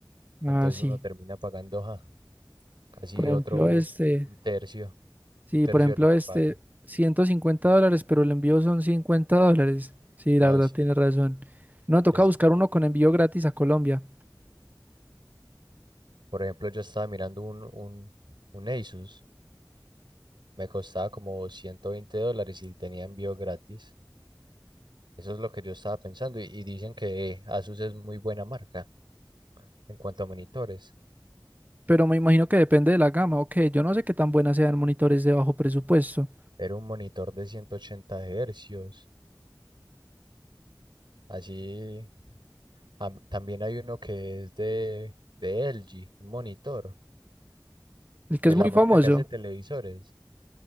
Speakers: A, on the right; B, on the right.
A: Entonces
B: Ah, sí.
A: uno termina pagando ja, casi
B: Por ejemplo,
A: otro,
B: este.
A: un tercio,
B: Sí,
A: un tercio
B: por ejemplo,
A: de lo que
B: este,
A: paga.
B: 150 dólares, pero el envío son 50 dólares. Sí,
A: No,
B: la verdad
A: sí.
B: tienes razón. No, toca
A: Es,
B: buscar uno con envío gratis a Colombia.
A: por ejemplo, yo estaba mirando un, un, un Asus, me costaba como 120 dólares y tenía envío gratis. Eso es lo que yo estaba pensando. Y, y dicen que eh, Asus es muy buena marca en cuanto a monitores.
B: Pero me imagino que depende de la gama. Ok, yo no sé qué tan buenas sean monitores de bajo presupuesto.
A: Era un monitor de 180 hercios. Así Ah, también hay uno que es de, de LG, un monitor,
B: El que
A: de
B: es
A: la
B: muy
A: marca
B: famoso,
A: que hace televisores.